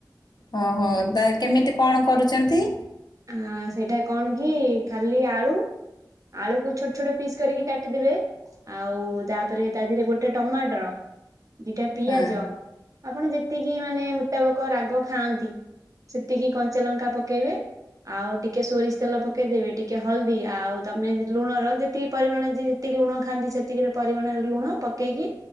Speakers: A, on the left; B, on the right.
A: ଓହୋ କେମିତି କଣ କରୁଛନ୍ତି।
B: ଆ ସେଇଟା କଣ କି ଖାଲି ଆଳୁ। ଆଳୁକୁ ଛୋଟ ଛୋଟ ପିସ୍ କରିକି କାଟିଦେବେ। ଆଉ ତାପରେ ତା ଦେହରେ ଗୋଟେ ଟମାଟର ଦିଟା ପିଆଜ।
A: ହଁ
B: ଆପଣ ଯେତିକି ମାନେ ମୁତାବକ ରାଗ ଖାଆନ୍ତି ସେତିକି କଞ୍ଚାଲଙ୍କା ପକେଇବେ। ଆଉ ଟିକେ ସୋରିଷ ତେଲ ପକେଇଦେବେ ଟିକେ ହଳଦୀ ଆଉ ତମେ ଲୁଣର ଯେତିକି ପରିମାଣ ଯ ଯେତିକି ଲୁଣ ଖାଆନ୍ତି ସେତିକି ପରିମାଣରେ ଲୁଣ ପକେଇକି